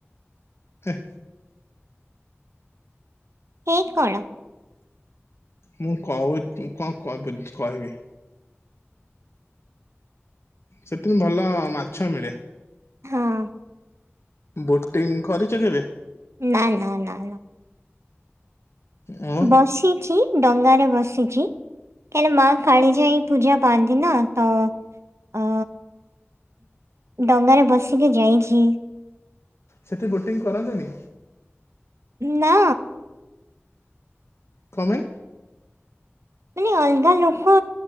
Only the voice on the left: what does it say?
ହେ।
ମୁଁ କହୁ ଚି କ କ କହିବି। ସେଥି ନ ଭଲ ମାଛ ମିଳେ।
ବୋଟିଂ କରିଚ କେବେ।
ଓ
ସେଠି ବୋଟିଂ କରନ୍ତିନି।
କଂପାଇଁ।